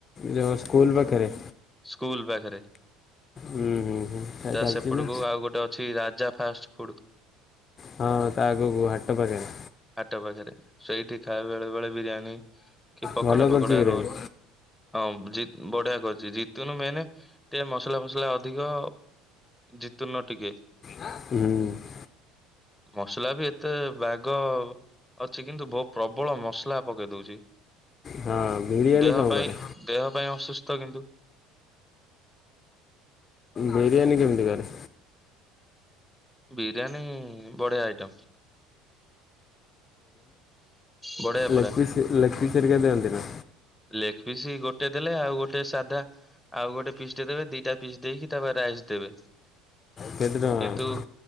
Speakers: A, on the left (about 35°); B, in the centre.
A: ଯୋଉ ସ୍କୁଲ ପାଖେରେ?
B: ସ୍କୁଲ ପାଖେରେ
A: ହୁଁ ହୁଁ ହୁଁ ସେ
B: ତା
A: ଚାଲିଛି
B: ସେପଟକୁ
A: ନା
B: ଆଉ ଗୋଟେ ଅ ଛି ରାଜା ଫାଷ୍ଟ ଫୁଡ୍।
A: ହଁ ତା ଆଗୁକୁ ହାଟ ପାଖେରେ।
B: ହାଟ ପାଖେରେ ସେଇଠି ଖାଏ ବେଳେ ବେଳେ ବିରିୟାନୀ କି ପକୋଡା
A: ଭଲ କରୁଛି
B: ଫକୋଡା,
A: ବିରିୟାନୀ
B: ରୋଲ ହଁ ଜି ବଢିଆ କରିଛି ଜିତୁନୁ ମେନେ ଟିକେ ମସଲା ଫସଲା ଅଧିକ। ଜିତୁନ ଟିକେ
A: ହୁଁ।
B: ମସଲା ବି ଏତେ ବାଗ ଅଛି କିନ୍ତୁ ବ ପ୍ରବଳ ମସଲା ପକେଇ ଦଉଚି।
A: ହଁ ବିରିୟାନୀ
B: ଦେହ
A: କଣ
B: ପାଇଁ
A: କରେ
B: ଦେହ ପାଇଁ ଅସୁସ୍ଥ କିନ୍ତୁ।
A: ବିରିୟାନୀ କେମିତି କରେ?
B: ବିରିୟାନୀ ବଢିଆ ଆଇଟମ୍। ବଢିଆ ପୁରା
A: ଲେକ୍ ପିସି, ଲେକ୍ ପିସି ହେରିକା ଦିଅନ୍ତିନା?
B: ଲେଗ୍ ପିସି ଗୋଟେ ଦେଲେ ଆଉ ଗୋଟେ ସାଧା। ଆଉ ଗୋଟେ ପିସ୍ ଟେ ଦେବେ ଦିଟା ପିସ୍ ଦେଇକି ତାପରେ ରାଇସ ଦେବେ
A: କେତେ ଟଙ୍କା
B: କିନ୍ତୁ।